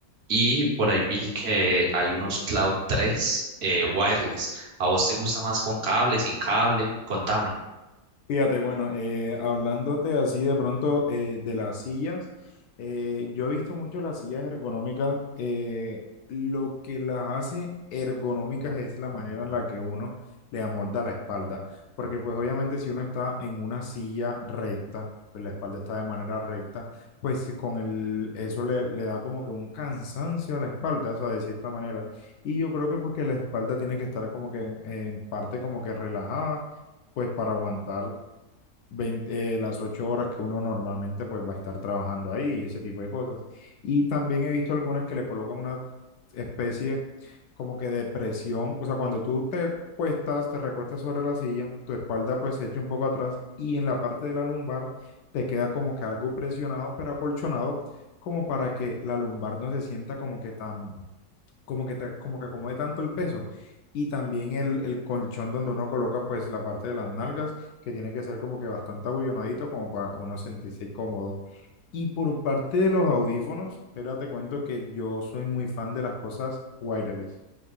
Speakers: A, on the right; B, on the left.
A: y por ahí vi que hay unos Cloud tres eh, wireless. ¿A vos te gusta más con cable, sin cable? Contame.
B: Fíjate, bueno, eh, hablándote así de pronto eh, de las sillas, eh, yo he visto mucho las sillas ergonómicas. eh, lo que las hace ergonómicas es la manera en la que uno le amolda la espalda, porque pues obviamente si uno está en una silla recta, pues la espalda está de manera recta, pues con el, eso le, le da como que un cansancio a la espalda, o sea, de cierta manera. Y yo creo que pues que la espalda tiene que estar como que en en parte como que relajada pues para aguantar 20 eh, las ocho horas que uno normalmente pues va a estar trabajando ahí y ese tipo de cosas. Y también he visto algunas que le colocan una especie como que de presión, o sea, cuando tú te cuestas, te recuestas sobre la silla, tu espalda pues se echa un poco atrás y en la parte de la lumbar te queda como que algo presionado, pero acolchonado, como para que la lumbar no se sienta como que tan como que, te- como que acomode tanto el peso. Y también el, el colchón donde uno coloca pues la parte de las nalgas, que tiene que ser como que bastante abullonadito como para uno sentirse cómodo. Y por parte de los audífonos, espérate, te cuento que yo soy muy fan de las cosas wireless.